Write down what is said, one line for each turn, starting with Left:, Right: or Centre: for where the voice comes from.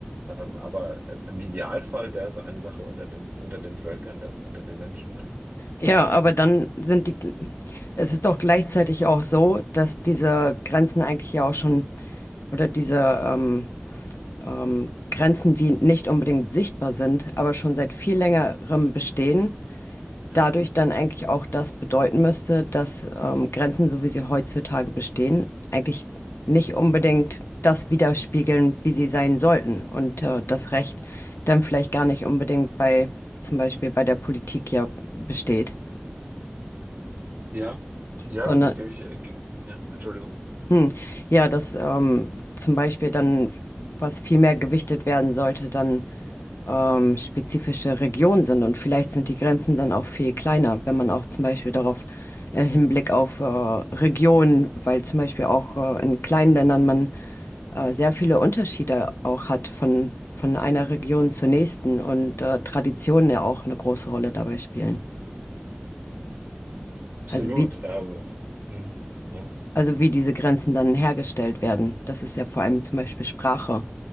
Right: Ähm, aber im im Idealfall wäre es eine Sache unter den, unter den Völkern, dann unter den Menschen.
Left: Ja, aber dann sind die, es ist doch gleichzeitig auch so, dass diese Grenzen eigentlich ja auch schon, oder diese ähm, ähm, Grenzen, die nicht unbedingt sichtbar sind, aber schon seit viel längerem bestehen
Right: Ja.
Left: dadurch dann eigentlich auch das bedeuten müsste, dass ähm, Grenzen, so wie sie heutzutage bestehen, eigentlich nicht unbedingt das widerspiegeln, wie sie sein sollten. Und äh, das Recht dann vielleicht gar nicht unbedingt bei, zum Beispiel bei der Politik ja besteht,
Right: Ja. Ja,
Left: sondern
Right: gebe ich, äh, ge- ja, Entschuldigung.
Left: Hm. Ja, dass ähm, zum Beispiel dann, was viel mehr gewichtet werden sollte, dann ähm, spezifische Regionen sind. Und vielleicht sind die Grenzen dann auch viel kleiner, wenn man auch zum Beispiel darauf äh, Hinblick auf äh, Regionen, weil zum Beispiel auch äh, in kleinen Ländern man äh, sehr viele Unterschiede auch hat von, von einer Region zur nächsten und äh, Traditionen ja auch eine große Rolle dabei spielen.
Right: Absolut.
Left: Also wie
Right: Ähm, mhm. ja,
Left: Also wie diese Grenzen dann hergestellt werden. Das ist ja vor allem zum Beispiel Sprache,